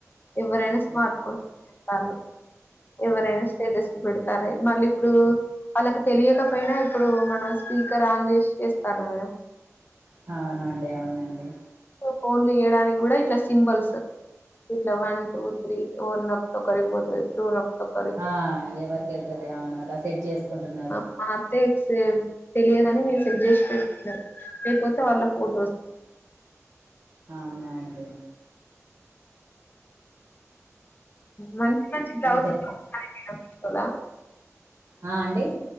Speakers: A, on the left; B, on the right.
A: ఎవరైనా స్మార్ట్
B: ఆ
A: టళ్ళు ఎవరైనా స్టేటస్ పెడుతు సరే మళ్ళీ ఇప్పుడు వాళ్ళకి తెలియకపోయినా ఇప్పుడు మనం స్పీకర్ ఆన్ చేసి చేస్తారు మేడం
B: అవునండి అవునండి
A: ఫోన్లు చేయడానికి కూడా ఇట్లా సింబల్స్ ఇట్లా వన్ టూ త్ర్రి వన్ నొక్కితే ఒకరికి పోతది టూ నొక్కితే ఒకరి
B: ఆ ఎవరికి వెళ్తది అవును అలా సెట్ చేసుకుంటున్నారు
A: ఆ మా అత్తయ్య సేమ్ తెలియదని మీరు సెట్ చేసి పెడుతున్నారు లేకపో వాళ్ళ ఫోటోస్
B: అవును. అవునా అండి
A: మంచి మంచి బ్లౌజ్
B: అంటే
A: <inaudible>
B: ఆ అండి